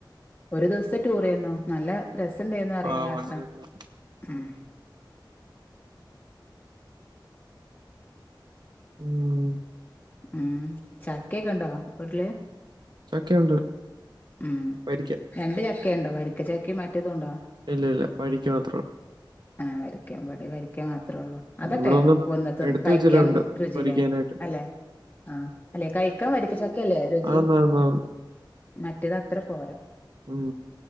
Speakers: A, on the left (about 25°); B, on the right (about 60°).
A: ഒരു ദിവസത്തെ ടൂറ് ആരുന്നോ നല്ല രസണ്ടായിന്ന് അറിയാ
B: ആഹ്
A: യാത്ര
B: വൺ ഡേ ടൂർ
A: ഉം
B: ഉം
A: ഉം ചക്കയൊക്കെ ഉണ്ടോ വീട്ടില്
B: ചക്ക ഉണ്ട്
A: ഉം
B: വരിക്ക
A: രണ്ട് ചക്കയുണ്ടോ വരിക്ക ചക്കയും മറ്റേതും ഉണ്ടോ
B: ഇല്ല ഇല്ല വഴിക്ക് മാത്രേള്ളു
A: ആഹ് വരക്കാൻ ഇവിടെ വരക്കാൻ മാത്രേ ഉള്ളൂ അതട്ടെ
B: ഇവിടെ ഒന്ന്
A: കൊന്നത്ത്
B: എടുത്ത്
A: കഴിക്കാനും
B: വെച്ചിട്ടുണ്ട്
A: രുചില്ലേ
B: പൊരിക്കാനായിട്ട്
A: അല്ലെ ആഹ് അല്ലെ കഴിക്കാൻ വരിക്കച്ചയക്കല്ലേ രുചി
B: ആന്നാന്നാന്ന്
A: മറ്റേത് അത്ര പോരാ
B: ഉം